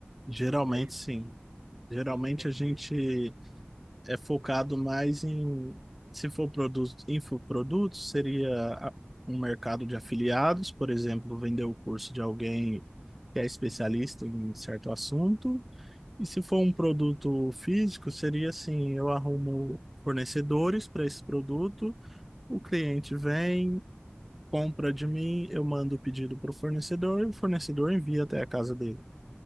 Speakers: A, in the centre; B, on the right.
A: Geralmente,
B: É isso.
A: sim. Geralmente
B: Entendi.
A: a gente é focado mais em, se for produto, infoprodutos, seria a- um mercado de afiliados, por exemplo, vender o curso de alguém que é especialista em certo assunto E se for um produto físico, seria assim, eu arrumo fornecedores para esse produto, o cliente vem, compra de mim, eu mando o pedido para o fornecedor e o fornecedor envia até a casa dele.